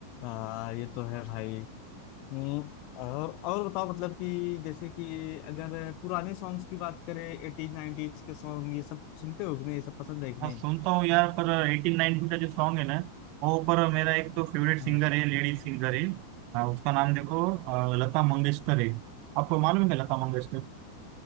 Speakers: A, on the left; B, on the right.
A: आ, ये तो है भाई हम्म, और और बताओ मतलब कि जैसे कि अगर पुराने सॉन्ग्स की बात करें एटीज नाइनटीज के सॉन्ग ये सब सुनते हो कि नहीं ये सब पसंद है कि
B: हाँ
A: नहीं
B: सुनता हूँ यार पर एटीन नाइनटीन का जो सॉन्ग है ना वो पर मेरा एक तो फेवरेट सिंगर
A: हाँ
B: है लेडीज सिंगर है हाँ, उसका नाम देखो अ, लता मंगेशकर है आपको मालूम है लता मंगेशकर